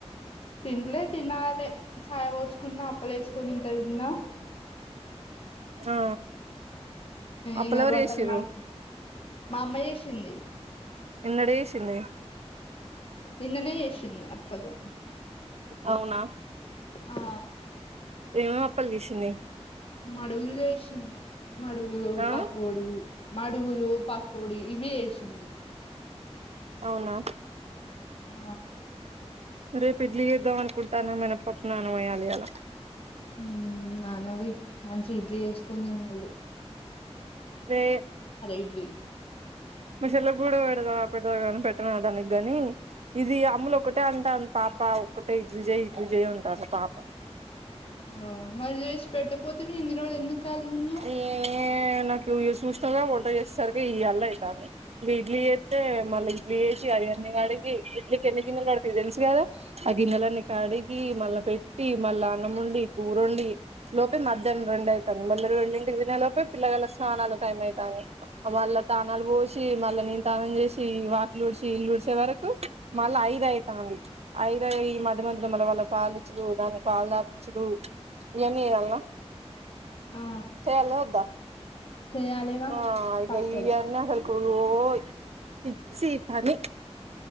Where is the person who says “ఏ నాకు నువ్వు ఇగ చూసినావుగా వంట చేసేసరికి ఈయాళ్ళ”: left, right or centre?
Right